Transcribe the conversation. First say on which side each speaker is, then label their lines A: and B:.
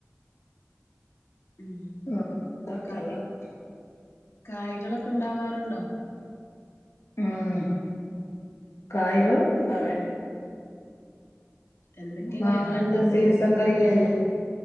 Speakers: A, on the left (about 80°); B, on the left (about 70°).
A: <unintelligible>
B: ഉം കായ് കായ്കളൊക്കെ ഉണ്ടാവാറുണ്ടോ
A: ഉം കായകൾ ഉണ്ടാ വേണ്ട്
B: എന്തൊക്കെ
A: മാങ്ങന്റെ
B: കായ്കളാ ഉണ്ടാകല്
A: സീസൺ കൈയല്ലേ